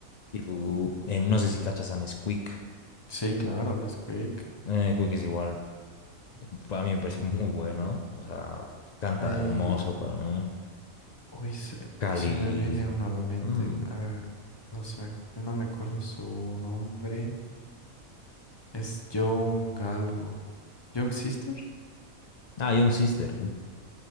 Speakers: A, on the left; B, on the left.
A: Y Dudu, eh, no sé si cachas a Nesquik.
B: Sí, claro, Nesquik.
A: Eh, Quick es igual, para mí me parece muy bueno. O sea, canta
B: Ay,
A: hermoso para mí.
B: uy, se,
A: Cali.
B: se me viene uno a la mente.
A: mm,
B: A ver, no se me, no me acuerdo su nombre. Es Young algo. Young Sister.
A: Ah, Young Sister.